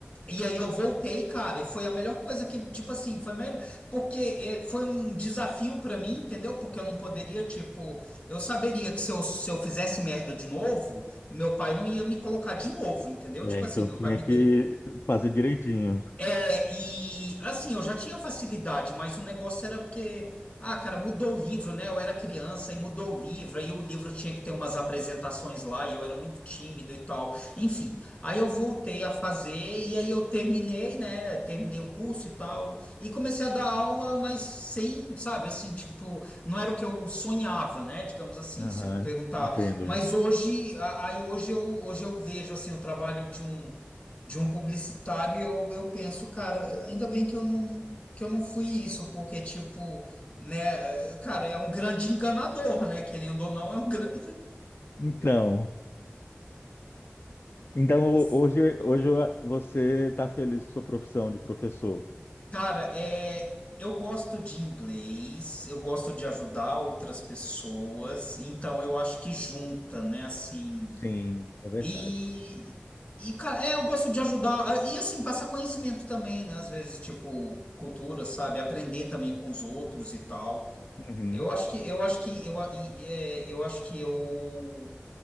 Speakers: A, on the left (about 40°); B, on the left (about 65°).
A: E aí eu voltei, cara, e foi a melhor coisa que, tipo assim, foi melhor, porque eh, foi um desafio pra mim, entendeu? Porque eu não poderia, tipo, eu saberia que se eu, se eu fizesse merda de novo, meu pai não ia me colocar de novo, entendeu?
B: É,
A: Tipo
B: então
A: assim, meu
B: tinha
A: pai me
B: que
A: deu,
B: fazer direitinho.
A: é, e assim, eu já tinha facilidade, mas o negócio era porque, ah, cara, mudou o livro, né? Eu era criança e mudou o livro, aí o livro tinha que ter umas apresentações lá, e eu era muito tímido e tal. Enfim, aí eu voltei a fazer, e aí eu terminei, né? Terminei o curso e tal, e comecei a dar aula, mas sem, sabe, assim, tipo, não era o que eu sonhava, né? Digamos assim,
B: Aham,
A: se eu perguntar.
B: entendo.
A: Mas hoje, a- aí hoje eu, hoje eu vejo, assim, o trabalho de um de um publicitário e eu, eu penso, cara, ainda bem que eu não que eu não fui isso, porque tipo, né, cara, é um grande enganador, né? Querendo ou não, é um grande.
B: Então, então ho-
A: <laughs>
B: hoje, hoje eu- você está feliz com sua profissão de professor?
A: Cara, é eu gosto de inglês, eu gosto de ajudar outras pessoas, então eu acho que junta, né, assim.
B: Sim, é verdade.
A: E E, cara, é, eu gosto de ajudar. ah, E, assim, passar conhecimento também, né? Às vezes, tipo, cultura, sabe? Aprender também com os outros e tal.
B: Uhum.
A: Eu acho que eu acho que eu, e- é, eu acho que eu